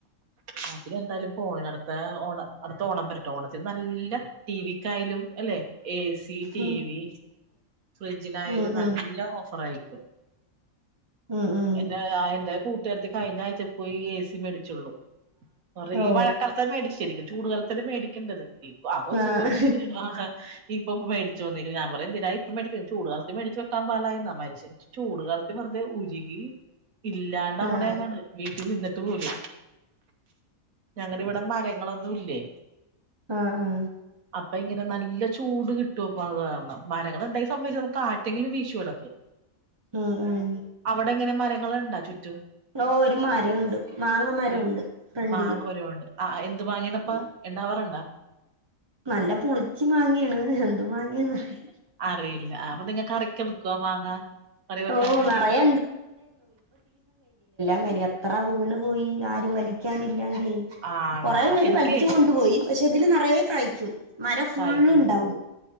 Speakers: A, on the right; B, on the right.
A: ആ പ്പിനിന്തായാലും പോണം അടുത്ത ഓണ അടുത്ത ഓണം വര ട്ടോണത്തിന് നല്ല ടി വി ക്കായാലും അല്ലെ എ സി, ടി
B: ഉം ഉം
A: വി ഫ്രിഡ്ജിനായാലും
B: ഉം
A: നല്ല
B: ഉം
A: ഓഫറായിക്കും
B: ഉം ഉം
A: എന്റെ അയൽ ന്റെ കൂട്ടുരത്തി കഴിഞ്ഞയച്ച പോയി ഏ സി മേടിച്ചുള്ളു കുറേ ഈ
B: ഓ
A: വഴക്കാലത്ത മേടിച് ശരിക്ക് ചൂട് കാലത്തല്ലേ മേടിക്കേണ്ടത് എ സി ആ കൊച്ച്
B: ആഹ്
A: പോയിട്ട് ആഹ് ഇപ്പൊ മേടിച്ചു വന്നേക്കണ് ഞാൻ കുറേ നേരായി പ്പ മേടിക്കത് ചൂട് കാലത്ത് മേടിച്ച് വെക്കാൻ പാടില്ലായിര്ന്നാ മനുഷ്യൻ ച് ചൂട് കാലത്ത് വെറുതെ ഉരുകി ഇല്ലാണ്ടാവണേകട്
B: ആഹ്
A: വീട്ടിൽ നിന്ന് ട്ട് പോലും ഞങ്ങടെവിടെ മരങ്ങളൊന്നും ഇല്ലേ
B: ആഹ് ആഹ്
A: അപ്പ ഇങ്ങനെ നല്ല ചൂട് കി ട്ടുപ്പത് കാരണം മര ങ്ങള്ണ്ടെങ്കി സമ്മയിച്ചോ കാറ്റെങ്കിലും വീശുടക്ക്
B: ഉം ഉം
A: അവിടെങ്ങനെ മര ങ്ങള്ണ്ട ചു
B: ഓ ഒരു മരുണ്ട് മാങ്ങ മരുണ്ട്
A: ഒരു
B: ഫ്രണ്ടില്
A: മാങ്ങ മരമുണ്ട് ആ ആ എ ന്ത്‌ മാങ്ങിയാണപ്പാ
B: ഉം
A: ഇണ്ടാവാറ്ണ്ടാ
B: നല്ല പുളിച്ചി മാങ്ങിയാണ് എന്ത് മാങ്ങയാന്നറി
A: അറിയില്ല അപ്പൊ നിങ്ങ കറിക്കെടുക്കോ മാങ്ങാ കറി വെക്കാൻ
B: ഓ
A: വേണ്ടി
B: നിറയെ അയ്ന് എത്ര വീണ് പോയി ആരും വലിക്കാനി ക്കാന്
A: ആണ
B: കൊറെ പേര്
A: എനിക്കേ
B: വലിച്ചു കൊണ്ടുപോയി പക്ഷെ അതില് നിറയെ കയ് മരം ഫുള്ള്
A: കായ്ക്കണത്
B: ഉണ്ടാവും